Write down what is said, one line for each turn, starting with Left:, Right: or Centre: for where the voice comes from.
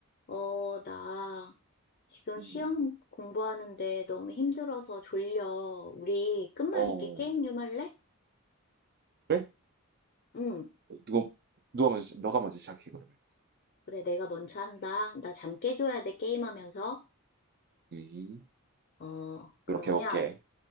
Left: 어, 나 지금
Right: 음.
Left: 시험 공부하는데 너무 힘들어서 졸려. 우리 끝말잇기
Right: 어.
Left: 게임 좀 할래?
Right: 그래?
Left: 응,
Right: 누가 누가 먼저 시- 너가 먼저 시작해 그러면.
Left: 그래, 내가 먼저 한다. 나 잠 깨줘야 돼, 게임하면서.
Right: 음.
Left: 어, 그러면,
Right: 그렇게 해볼게.